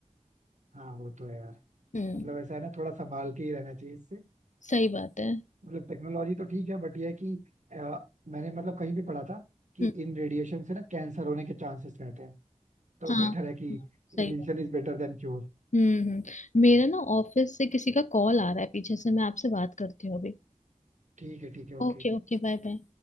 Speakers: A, on the right; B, on the left.
A: हाँ वो तो है यार
B: हम्म
A: मतलब ऐसा है ना थोड़ा संभाल के ही रहना चाहिए इससे
B: सही बात है
A: मतलब टेक्नोलॉजी तो ठीक है बट ये है कि अ, मैंने मतलब कहीं भी पढ़ा था कि
B: हम्म,
A: इन रेडिएशन से ना कैंसर होने के चांसेस रहते हैं तो
B: हाँ
A: बेटर है कि prevention
B: सही बात
A: is better than cure
B: हम्म हम्म मेरा ना ऑफिस से किसी का कॉल आ रहा है पीछे से मैं आपसे बात करती हूँ अभी
A: ठीक है ठीक है ओके
B: Okay okay bye bye